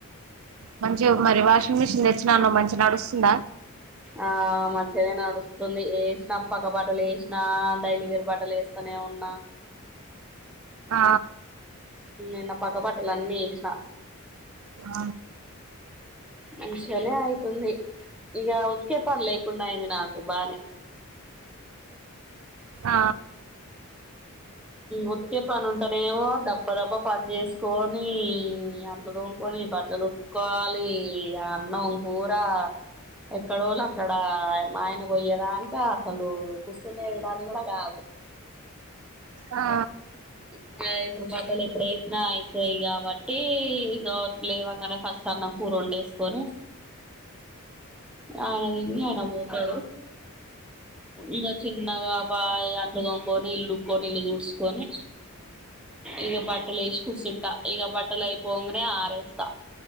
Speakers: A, on the right (about 70°); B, in the centre.
A: మంచి మరి వాషింగ్ మిషిన్ తెచ్చినాను మంచి నడుస్తుందా
B: ఆ మంచిదే నా నడుస్తుంది వేసినా పక్క బట్టలు వేసినా డైలీ వేరు బట్టలు వేస్తా ఊకనే ఉన్నా
A: ఆ
B: ఎన్న పాక పాటల అనిఅీష్ిన
A: అ
B: మంచిగానే అయితుంది ఇగా వత్తే పని లేకుండా అయింది నాకు బానే
A: ఆ
B: ఉతికే పని ఉంటానేమో దబ్బ దబ్బ పని చేసుకొని అంత దూముకొని బట్టలు ఉతుకోవాలి అన్నం కూర ఎక్కడోళ్ళు అక్కడ మా ఆయన పోయేదాక అసలు కూర్చునే దాని కూడా కాదు
A: ఆ
B: ఇగ ఇప్పుడు బట్టలు ఎప్పుడేసిన అయితాయి ఇగా క ఓ ట్టి <unintelligible> లేవంగానే ఫస్ట్ అన్నం కూర వండేసుకొని ఆయన తిని ఆయన పోతాడు ఇంకా చిన్నగా బాయ్ అంట్లు తోము కొని ఇల్లుకొని ఇల్లు తుడుస్కొని ఇగ బట్టలు ఏసి కూర్చుంటా ఇగ బట్టలు అయిపోంగనే ఆరేస్తా